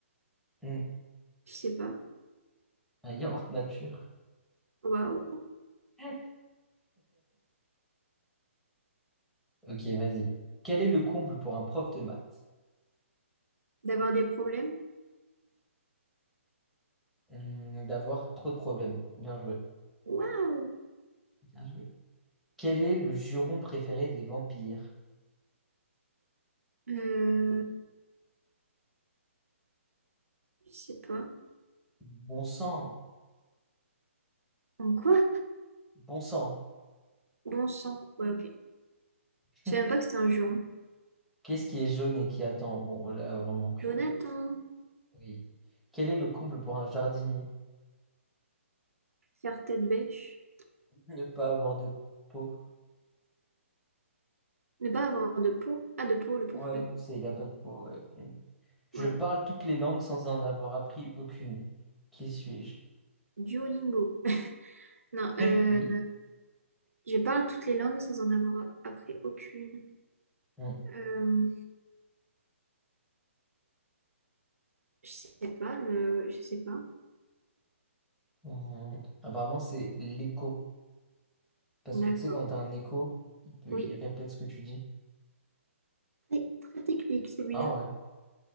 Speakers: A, in the centre; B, on the right.
A: Hmm,
B: Je sais pas.
A: Un yaourt nature.
B: Waouh.
A: <laughs> Ok, vas-y. Quel est le comble pour un prof de maths?
B: D'avoir des problèmes?
A: Hmm, D'avoir trop de problèmes. Bien joué.
B: Waouh!
A: Bien joué. Quel est le juron préféré des vampires?
B: Euh, je sais pas.
A: Bon sang.
B: En quoi?
A: Bon sang.
B: Bon sang. Ouais, ok. Je
A: <laughs>
B: savais même pas que c'était un juron.
A: Qu'est-ce qui est jaune et qui attend? Bon, là, vraiment.
B: Jonathan,
A: frère. Oui. Quel est le comble pour un jardinier?
B: faire tête bêche.
A: Ne pas avoir de peau.
B: Ne pas avoir de peau. Ah, de peau, le pot
A: Ouais,
B: de fleurs.
A: c'est, il a pas de peau. ouais. Hmm. Je
B: Waouh.
A: parle toutes les langues sans en avoir appris aucune. Qui suis-je?
B: Duolingo. <laughs> Non,
A: <laughs>
B: euh,
A: Oui.
B: je parle toutes les langues sans en avoir appris aucune.
A: Hmm,
B: Euh, je sais pas, le... je sais pas.
A: hmm. Apparemment, c'est l'écho. Parce
B: D'accord.
A: que tu sais, quand t'as un écho, il peut,
B: Oui.
A: il répète ce que tu dis.
B: Très, très technique, celui-là.
A: Ah ouais.